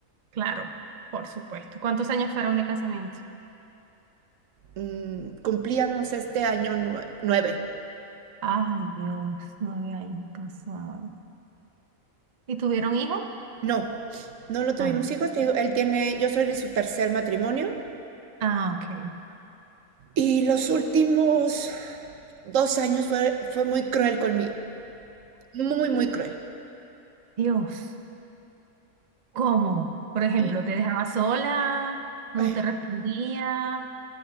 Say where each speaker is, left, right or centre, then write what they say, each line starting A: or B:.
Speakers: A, on the right; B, on the right.
A: claro, por supuesto. ¿Cuántos años fueron de casamiento?
B: Mm, cumplíamos este año nue- nueve.
A: Ay, Dios, nueve años de casado. ¿Y tuvieron hijos?
B: No, no lo tuvimos
A: Ah, no.
B: hijos. Te digo, él tiene, yo soy de su tercer matrimonio
A: Ah, ok.
B: y los últimos dos años fue, fue muy cruel conmigo, muy, muy cruel.
A: Dios, ¿cómo? Por ejemplo,
B: Y
A: te dejaba sola, no
B: eh,
A: te respondía,